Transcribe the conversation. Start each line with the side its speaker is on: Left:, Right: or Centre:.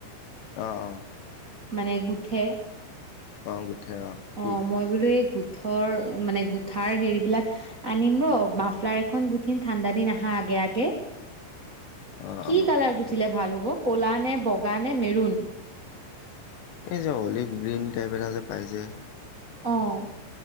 Left: অ', অ'।
Right: মানে গুঠে।
Left: অ'। গোঠে কি
Right: অ' মই বোলো এই গোঠৰ মানে গোঠাৰ হেৰিবলাক আনিম ৰ মাফলাৰ এখন গুঠিন ঠাণ্ডা দিন আহা আগে আগে।
Left: অ
Right: কি
Left: অ
Right: কালাৰ গুঠিলে ভাল হ'ব কলা নে বগা নে মেৰুন?
Left: এই যে অলিভ গ্ৰীণ টাইপ এটা যে পাই যে।
Right: অ'।